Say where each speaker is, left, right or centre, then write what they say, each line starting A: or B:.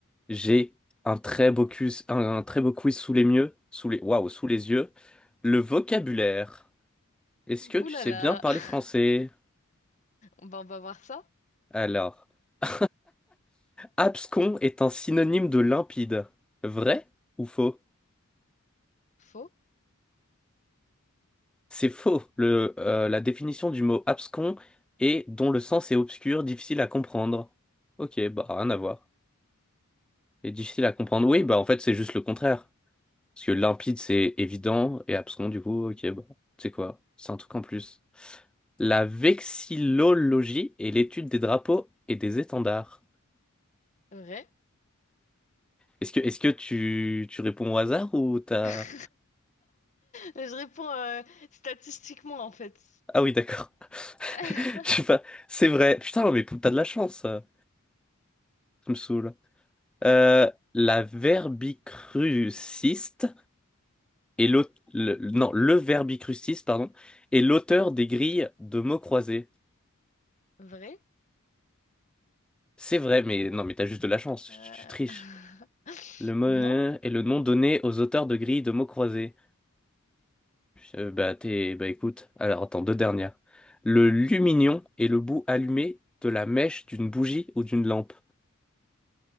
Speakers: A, in the centre; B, on the left (about 35°).
A: j'ai un très beau quiz, un, un très beau quiz sous les mieux, sous les, waouh, sous les yeux. Le vocabulaire. Est-ce que tu
B: Ouh là
A: sais
B: là.
A: bien parler
B: <laughs>
A: français?
B: Bah, on va voir ça.
A: Alors, <laughs> abscon est un synonyme de limpide. Vrai ou faux?
B: Faux,
A: C'est faux. Le, euh, la définition du mot abscon est dont le sens est obscur, difficile à comprendre. Ok, bah rien à voir. Et difficile à comprendre. Oui, bah en fait c'est juste le contraire. Parce que limpide, c'est évident, et abscon, du coup, ok, bon, tu sais quoi, c'est un truc en plus. La vexillologie est l'étude des drapeaux et des étendards.
B: vrai.
A: Est-ce que, est-ce que tu, tu réponds au hasard ou t'as...
B: <laughs> Je réponds euh, statistiquement en fait.
A: Ah oui, d'accord. <laughs>
B: <laughs>
A: Je sais pas, c'est vrai. Putain, mais t'as de la chance, ça me saoule. Euh, la verbicruciste et l'auteur... non, le verbicruciste, pardon, est l'auteur des grilles de mots croisés.
B: Vrai?
A: C'est vrai, mais non, mais t'as juste de la chance,
B: Euh,
A: tu, tu triches. Le mot euh,
B: Non.
A: est le nom donné aux auteurs de grilles de mots croisés. Euh, bah, t'es, bah, écoute, alors attends, deux dernières. Le lumignon est le bout allumé de la mèche d'une bougie ou d'une lampe.